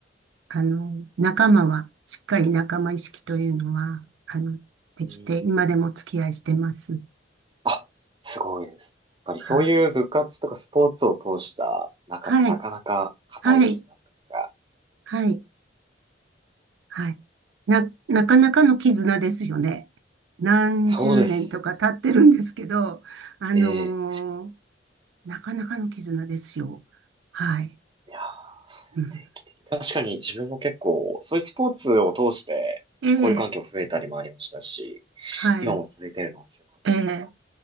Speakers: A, on the right; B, on the right.
A: あの、仲間は、しっかり仲間意識というのは、あの、できて、
B: うん。
A: 今でもお付き合いしてます。
B: あ、すごいです。やっぱりそういう部活とかスポーツを通した中ってなかなか固い絆というか、
A: はい。はい。はい。はい。はいな、なかなかの絆ですよね。何十年とか経ってるんですけど、
B: そうですね。
A: あのー
B: ええ
A: なかなかの絆ですよ。はい。
B: いやー、そうですね定期的に確かに自分も結構、
A: うん、
B: そういうスポーツを通して、
A: ええ、
B: こういう環境増えたりもありましたし、
A: はい。
B: 今も続いてるのはすごい強化
A: ええ、